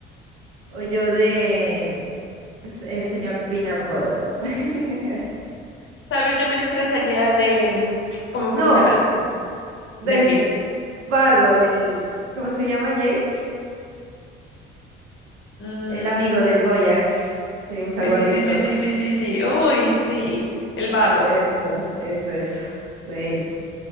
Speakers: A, on the right (about 70°); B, on the left (about 45°).
A: O yo de s- el señor Peanut Butter. <laughs>
B: ¿Sabes? Yo me disfrazaría de, mm, como
A: No,
B: me gusta la...
A: del
B: ¿De qué?
A: vago, del... ¿Cómo se llama Jake?
B: Mm,
A: El amigo del Boyac que usa
B: sí,
A: gorrito.
B: sí, sí, sí, sí, sí, sí, sí. Uy, sí. El vago.
A: Eso, eso es de él.